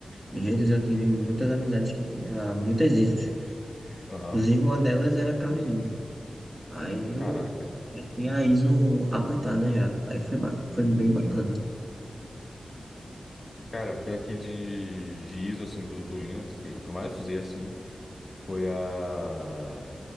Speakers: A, on the right; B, on the left.
A: em redes eu tive muitas amizades que tinha muitas ISOs,
B: Aham.
A: inclusive uma delas era a Kali Uno. aí eu
B: Caraca,
A: já tinha a ISO aplicada já, aí foi, ba- foi bem bacana.
B: sim. Cara, pior que de, de ISO, assim, do, do Linux, que, o que eu mais usei, assim, foi a.